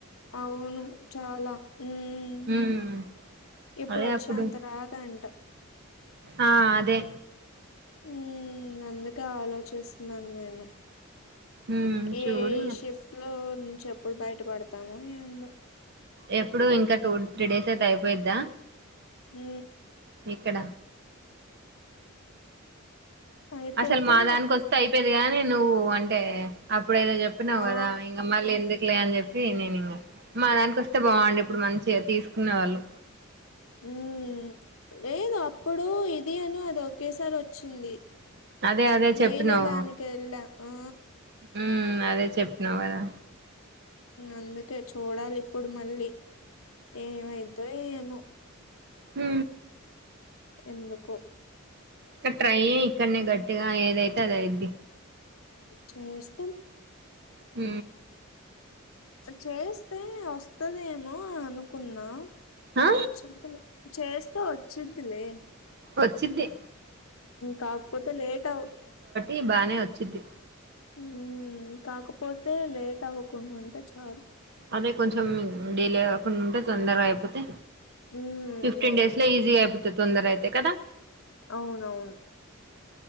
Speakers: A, on the left; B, on the right.
A: అవును చాలా మ్మ్
B: ఉమ్
A: ఇప్పుడు
B: అదే
A: వచ్చేంత
B: అప్పుడు
A: రాదంట
B: ఆ అదే
A: మ్మూ అందుకే ఆలోచిస్తున్నాను నేను
B: ఉమ్
A: ఏ
B: చూడు ఇంగ
A: షిఫ్ట్ లో చెప్పుడు బయటపడతాము ఏందుో
B: ఎప్పుడు ఇంకా టూ త్రీ డేస్ అయితే అయిపోయిద్దా
A: హ
B: ఇక్కడ
A: అయిపోతే
B: అసలు మా దానికి వస్తే అయిపోది కాగాని నువ్వు అంటే అప్పుడు ఏదో చెప్పినన్నావు
A: ఆ!
B: కదా ఇంకమ్మల్లు ఎందుకులే అని చెప్ప ఏ నేను ఇంకా మా దానికిొస్తే బాగుండి ఇప్పుడు మంచిగా తీసుకునే వాళ్ళు
A: ఉ లేదు అప్పుడు ఇది అను అది ఒకేసారి వచ్చింది
B: అదే అదే
A: నేను
B: చెప్పినావు
A: దానినికి వెళ్ళ ఆ
B: ఉమ్ అదే చెప్పినావు కదా
A: అందుకే చూడాలి ఇప్పుడు మళ్ళీ ఏమయిదుో ఏము
B: హ
A: ఎందుకు
B: క ట్రాై ఇక్క గట్ అగా ఏదైతుదా ఇది
A: చేస్ త
B: హ
A: చేస్తే వస్తదేమో అనుకున్నా
B: ఆ
A: వచ్చింత చేస్తా వచ్చిదిలే
B: వచ్చద్దే
A: కాకపోతే లేట్ అవు
B: ఈ బానే వచ్చిద్ది
A: హ కాకపోతే లేట్ అవ్వకుండా ఉంటే చాలు
B: అదే కొంచెం డడిలే కాకుండా ఉంటే తొందరగా అయిపోతే
A: ఉమ్
B: ఫిఫ్టీన్
A: అవును
B: డేస్ న ఈజీయిపోతది సుందర అయితే కదా
A: అవునవును